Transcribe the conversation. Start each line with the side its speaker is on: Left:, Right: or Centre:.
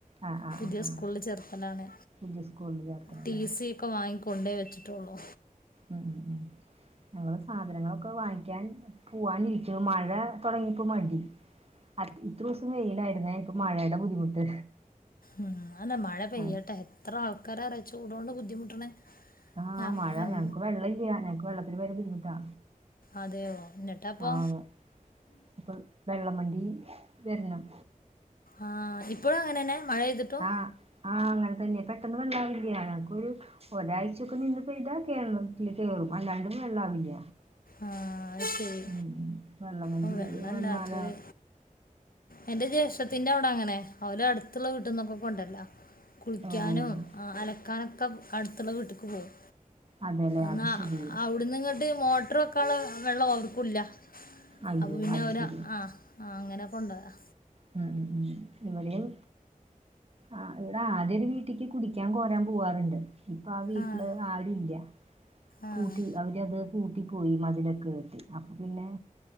Right: ആഹ് ആഹ്
Left: പുതിയ
Right: ആഹ്
Left: സ്കൂളിൽ
Right: ആഹ്
Left: ചേർ ആണ്‌
Right: പുതിയ സ്കൂളിൽ ചേർത്തണല്ലേ
Left: ടി സി ഒക്കെ വാങ്ങിക്കൊണ്ടേ വെച്ചിട്ടുള്ളൂ
Right: ഉം ഉം ഞങ്ങൾ സാധനങ്ങളൊക്കെ വാങ്ങിക്കാൻ പോവാനിരിക്ക മഴ തുടങ്ങിപ്പോ മടി ഇത്രേയും ദിവസം വെയിലായിരുന്നേ ഇപ്പം മഴയുടെ ബുദ്ധിമുട്ട്
Left: ഉം അല്ല മഴ പെയ്യട്ടെ
Right: ആഹ്
Left: എത്ര ആൾക്കാരാണ് ചൂടോണ്ട് ബുദ്ധിമുട്ടണേ
Right: ആഹ്
Left: ഞ
Right: മഴ
Left: ഞം
Right: ഞങ്ങൾക്ക് വെള്ളമില്ല ഞങ്ങൾക്ക് വെള്ളത്തിന് ഭയങ്കര ബുദ്ധിമുട്ടാ
Left: അതെയോ എന്നിട്ടപ്പോ
Right: ആഹ് അപ്പൊ വെള്ളംവണ്ടി വരണം
Left: ആഹ് ഇപ്പോഴും അങ്ങനെ തന്നെ മഴ പെയ്തിട്ടും
Right: ആഹ് ആഹ് അങ്ങനെ തന്നെയെ പെട്ടെന്ന് വെള്ളാവില്ല ഞങ്ങക്കൊരു ഒരാഴ്ച നിന്ന് പെയ്താ കേറും കയറും അല്ലാണ്ട് വെള്ളാവില്ല
Left: ആഹ് ശരി
Right: ഉം ഉം വെളളംവണ്ടി
Left: ഓ വെള്ളല്ലാത്തത്
Right: വന്നാല
Left: എന്റെ ജ്യേഷഠത്തിന്റെ അവിടെ അങ്ങനെ അവര് അടുത്തുള്ള വീട്ടുന്നൊക്കെ കൊണ്ട് വരല്ല കുളിക്കാനും
Right: ഓഹ്
Left: അലക്കാനൊക്കെ അടുത്തുള്ള വീട്ട്ക്ക് പോവും
Right: അതെല്ലേ
Left: എന്നാ
Right: അത് ശരി
Left: അവിടുന്ന് ഇങ്ങോട്ട് മോട്ടറ് വെക്കാനുള്ള വെള്ളം ഓർക്കൂല്ല
Right: അയ്യോ
Left: അപ്പൊ പിന്നെ
Right: അത്
Left: അവര്
Right: ശരി
Left: ആഹ് ആഹ് അങ്ങനെ കൊണ്ടുപോയതാ
Right: ഉം ഉം ഉം ഇവിടെയും ആഹ് ഇവിടെ ആദ്യ ഒരു വീട്ടിക്ക് കുടിക്കാൻ കോരാൻ പോവാറുണ്ട് ഇപ്പൊ ആ വീട്ടില്
Left: ആഹ്
Right: ആ ഇല്ല
Left: ആഹ്
Right: പൂട്ടി അവര്ത് പൂട്ടി പോയി മതിലൊക്കെകെട്ടി അപ്പൊ പിന്നെ